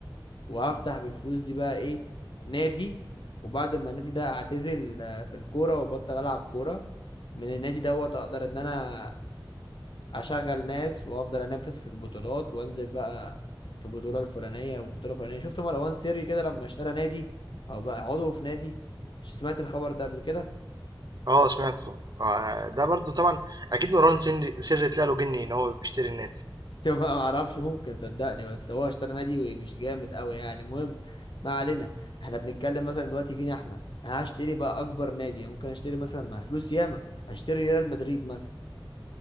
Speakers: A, on the left; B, on the right.
A: وهفتح بالفلوس دي بقى ايه نادي وبعد ما النادي ده اعتزل آه، في الكوره وبطل العب كوره من النادي دوت اقدر ان انا اشغل ناس وافضل انافس في البطولات وانزل بقى في بطوله الفلانيه وبطوله فلانيه شفت مروان سري كده لما اشترى نادي او بقى عضو في نادي سمعت الخبر ده قبل كده
B: آه، سمعته. آآ ده برضه طبعًا أكيد مروان سِنري سِرّي طلع له جِن إن هو بيشتري النادي،
A: <laughs> طب ما اعرفش ممكن صدقني بس هو اشترى نادي مش جامد قوي يعني المهم ما علينا احنا بنتكلم مثلا دلوقتي فينا احنا هشتري بقى اكبر نادي ممكن اشتري مثلا مع فلوس ياما اشتري ريال مدريد مثلا